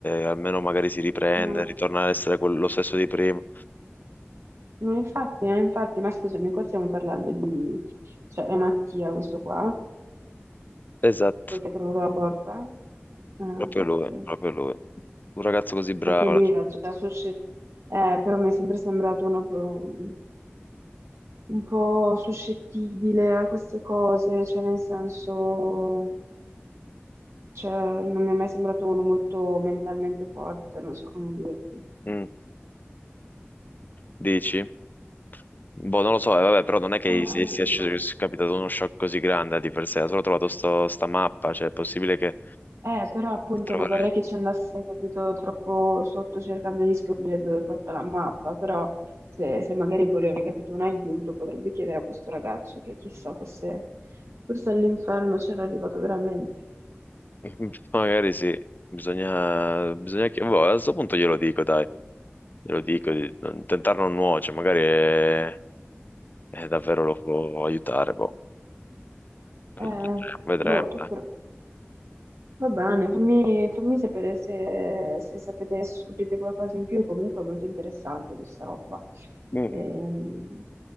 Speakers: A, on the left; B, on the right.
A: almeno magari si riprende,
B: Ma,
A: ritorna ad essere quello stesso di prima.
B: ma infatti, eh, infatti, ma scusami, qua stiamo parlando di... Cioè, è Mattia questo qua,
A: Esatto,
B: quello che ha trovato la porta. Ah,
A: proprio
B: cacchio.
A: lui, proprio lui. Un ragazzo così bravo.
B: Ma poi lui era già suscettibile, però mi è sempre sembrato uno un un po' suscettibile a queste cose, cioè nel senso, cioè, non mi è mai sembrato uno molto mentalmente forte, non so come dirti.
A: Mm, dici? Boh, non lo so, eh, vabbè, però non è che
B: Eh,
A: si sia sceso, sia capitato uno shock così grande di per sé, ha solo trovato sto- sta mappa, cioè è possibile che
B: eh, però appunto
A: trovare...
B: non vorrei che ci andasse, capito, troppo sotto cercando di scoprire dove porta la mappa, però se, se magari vuole, capito, un aiuto potrebbe chiedere a questo ragazzo che chissà, forse, forse all'inferno c'era arrivato veramente.
A: <laughs> Magari sì, bisogna, bisogna che... boh, a questo punto glielo dico, dai, glielo dico, di non- tentare non nuoce, magari eh, eh, davvero lo può aiutare, boh, vedremo,
B: Eh,
A: vedremo.
B: boh, tu
A: dai.
B: però. Va bene, fammi, fammi sapere se, se sapete, se scoprite qualcosa in più, comunque è molto interessante questa roba.
A: Mm,
B: Ehm,